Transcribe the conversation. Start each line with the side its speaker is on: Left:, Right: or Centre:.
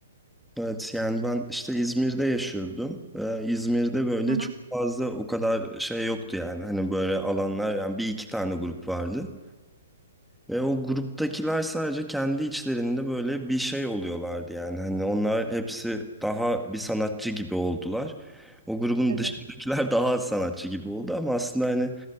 Centre: Evet yani ben işte İzmir'de yaşıyordum. Ee, İzmir'de böyle
Right: Hı hı,
Centre: çok fazla o kadar şey yoktu yani. Hani böyle alanlar yani bir iki tane grup vardı. Ve o gruptakiler sadece kendi içlerinde böyle bir şey oluyorlardı yani. Hani onlar hepsi daha bir sanatçı gibi oldular. O grubun
Right: evet.
Centre: dışındakiler <laughs> daha az sanatçı gibi oldu ama aslında hani